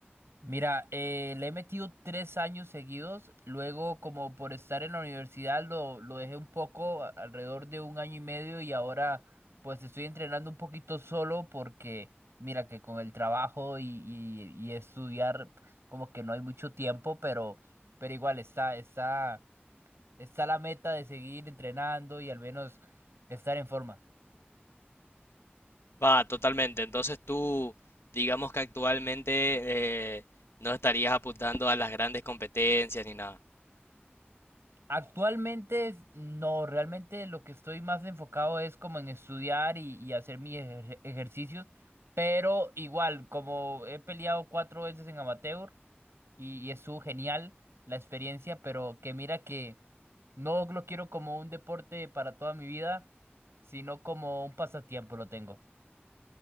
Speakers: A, on the right; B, on the left.
A: Mira, eh, le he metido tres años seguidos, luego como por estar en la universidad lo, lo dejé un poco, a- alrededor de un año y medio y ahora pues estoy entrenando un poquito solo porque mira que con el trabajo y, y, y estudiar como que no hay mucho tiempo, pero, pero igual está, está, está la meta de seguir entrenando y al menos estar en forma.
B: Va, totalmente. Entonces tú, digamos que actualmente eh, no estarías apuntando a las grandes competencias ni nada.
A: Actualmente no, realmente lo que estoy más enfocado es como en estudiar y, y hacer mis ejer- ejercicios, pero igual, como he peleado cuatro veces en amateur y, y estuvo genial la experiencia, pero que mira que no lo quiero como un deporte para toda mi vida, sino como un pasatiempo lo tengo.